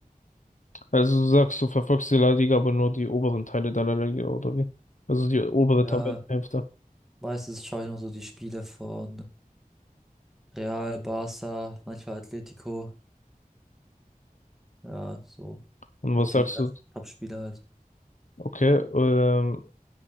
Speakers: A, on the left; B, in the centre.
A: also du sagst, du verfolgst die La Liga, aber nur die oberen Teile der La Liga, oder wie? Also die obere
B: Ja,
A: Tabellenhälfte.
B: Meistens schaue ich nur so die Spiele von Real, Barca, manchmal Atletico. Ja, so.
A: Und
B: Und
A: was sagst
B: die ganzen
A: du,
B: Top-Spieler halt.
A: okay, ähm,